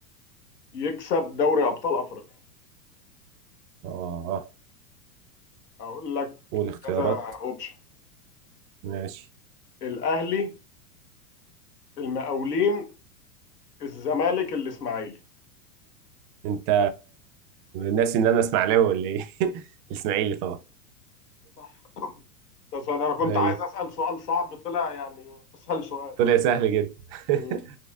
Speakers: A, on the left; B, on the right.
A: يكسب دوري ابطال افريقيا
B: آه
A: اقول لك
B: قول اختيارات
A: كذا اوبشن
B: ماشي
A: الاهلي المقاولين الزمالك الاسماعيلي
B: انت ناسي ان انا اسماعيلاوي ولا ايه <laughs> الاسماعيلي طبعا
A: <laughs> ده سؤال انا كنت
B: ايوه
A: عايز اسال سؤال صعب طلع يعني اسهل سؤال
B: طلع سهل جدا <laughs>
A: مم.